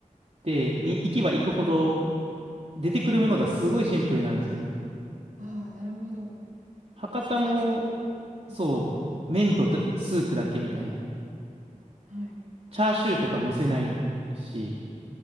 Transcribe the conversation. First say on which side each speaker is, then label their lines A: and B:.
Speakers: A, on the right; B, on the right.
A: て、に行けば行くほど出てくるものがすごいシンプルになるんですよね。
B: ああ、なるほど。
A: 博多も、
B: 素材勝負です。うん。
A: そう、麺とだスープだけみたいな。
B: はい。
A: チャーシューとか乗せないし、